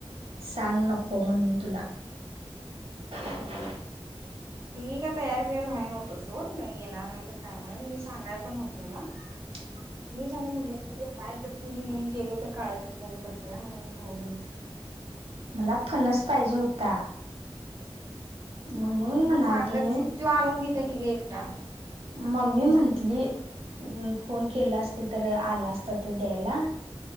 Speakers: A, on the right; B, on the right.
A: सांग
B: हम्म
A: नको म्हणून तुला ह.
B: हम्म मी का तयार बियार व्हाय नवतो सोड येणार नाही तर काय म्हणून मी सांगाय पण नव्हतो हला
A: ह.
B: मी जनी म्हटलं की हाय. त गेलो तर काळकड तोंड कर्त्या आणि राहूदे म्हटलं.
A: मला फणस पाहिजे होता. म्हणून म्हणाल
B: म सांगा
A: तुम्ही
B: तस कि तू आणून दता की का एकटा
A: मम्मी म्हणटली फोन केला असते, तर आला असता तो द्यायला.